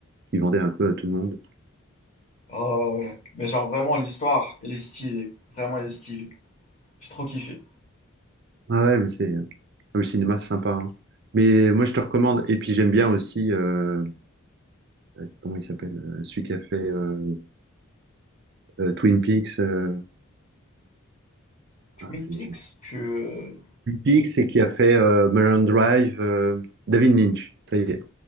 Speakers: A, on the right; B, on the left.
A: qui vendait un peu à tout le monde.
B: Oh, ouais. Mais genre, vraiment, l'histoire, elle est stylée. Vraiment, elle est stylée. J'ai trop kiffé.
A: Ah ouais, mais c'est, ah oui, le cinéma, c'est sympa. hein. Mais moi, je te recommande. Et puis, j'aime bien aussi, euh, euh, comment il s'appelle, euh, celui qui a fait euh, euh, Twin Peaks. euh,
B: Twin
A: ah, j'ai-
B: Peaks,
A: j'ai-
B: tu... euh,
A: Big, c'est qui a fait euh, Mulholland Drive, euh, David Lynch, ça y est,